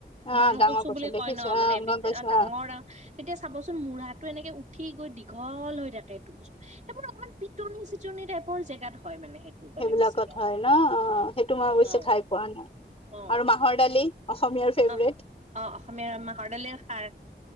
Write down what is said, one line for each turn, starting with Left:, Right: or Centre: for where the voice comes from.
Left: অ
Right: মান
Left: ডাঙৰ
Right: কচু বুলি
Left: দেখিছো
Right: কয় ন'
Left: অ
Right: মানে
Left: গম পাইছো
Right: ডাঙৰ
Left: অ
Right: ডাঙ তেতিয়া চাবচোন মঢ়াটো এনেকে উঠি গৈ দীঘল হৈ থাকে এইটো বস্তু সেইবোৰ অকমান পিটনি চিটনি টাইপৰ জেগাত হয় মানে। সেইটো মানে
Left: সেইবিলাকত
Right: বেছিকে
Left: হয় ন' অ' সেইটো মই অৱশ্যে
Right: অ
Left: খাই পোৱা নাই,
Right: অ
Left: আৰু মাহৰ দালি অসমীয়াৰ ফেভৰেট।
Right: অ অ' অসমীয়া মাহৰ দালিৰ খাৰ